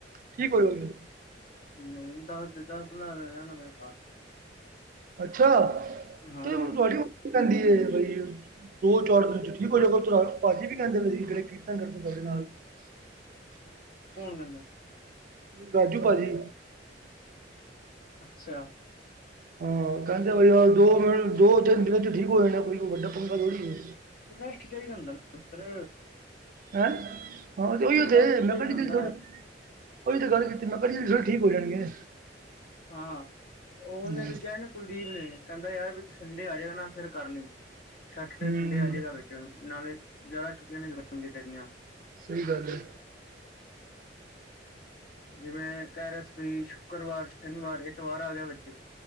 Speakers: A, on the right; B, on the left.
A: ਠੀਕ ਕੋਈ ਗੱਲ ਨੀ।
B: ਨਹੀਂ ਦੱਸ ਦੇ ਦੱਸ ਰਹਿਣਾ ਮੇਰੇ ਸਾਥ।
A: ਅੱਛਾ
B: ਹਾਂ
A: ਤੇ ਤਵਾਡੀ ਵਹੁਟੀ ਕਹਿੰਦੀ ਏ ਬਈ ਦੋ ਚਾਰ ਦਿਨ ਠੀਕ ਹੋਜੋਗੇ ਉਸ ਤਰ੍ਹਾਂ। ਭਾਜੀ ਵੀ ਕਹਿੰਦੇ ਪਏ ਸੀ ਜਿਹੜੇ ਕੀਰਤਨ ਕਰਦੇ ਨੇ ਤੁਹਾਡੇ ਨਾਲ। <unintelligible>
B: ਕੌਣ ਕਹਿੰਦਾ?
A: ਰਾਜੂ ਭਾਜੀ
B: ਅਛਾ
A: ਹਾਂ ਕਹਿੰਦੇ ਵੈ ਯਾਰ ਦੋ ਤਿੰਨ ਦਿਨਾਂ 'ਚ ਠੀਕ ਹੋ ਜਾਣਾ ਐ ਕੋਈ ਵੱਡਾ ਪੰਗਾ ਥੋੜੀ ਏ।
B: ਰੈਸਟ ਚਾਹੀਦਾ ਹੁੰਦਾ ਨਾ ਪੁੱਤਰ।
A: ਹੈਂ ਹਾਂ ਤੇ ਓਇ ਓ ਤੇ
B: ਰੈਸਟ
A: ਮੈੰ
B: ਚਾਹੀਦਾ
A: ਪਹਿਲੀ
B: ਹੁੰਦਾ
A: ਤਰੀਕ ਥੋਡੇ ਉਹ ਈ ਤੇ ਗੱਲ ਕੀਤੀ ਮੈਂ ਪਹਿਲੀ ਤਰੀਕ ਥੋੜੇ ਠੀਕ ਹੋ ਜਾਣਗੇ।
B: ਹਾਂ ਉਹਨੇ
A: ਹੂੰ,
B: ਵੀ ਕਿਹਾ ਨਾ ਕੁਲਦੀਪ ਨੇ ਕਹਿੰਦਾ ਯਾਰ ਵਿਚ ਸੰਡੇ ਆਜੇ ਗਾ ਨਾ ਫਿਰ ਕਰ ਲਈ ਸੈਟਰਡੇ
A: ਹੂੰ
B: ਸੰਡੇ ਆ ਜੇਗਾ ਵਿਚ। ਨਾਲੇ ਜ਼ਿਆਦਾ ਛੁੱਟੀਆਂ ਨੀ ਲਗਾਣਗੇ ਤੇਰੀਆਂ।
A: ਸਹੀ ਗੱਲ ਏ।
B: ਜਿਵੇੰ ਕਹਿ ਰਿਹਾ ਸੀ ਕਿ ਸ਼ੁੱਕਰਵਾਰ ਸ਼ਨੀਵਾਰ ਐਤਵਾਰ ਆ ਗਿਆ ਵਿਚ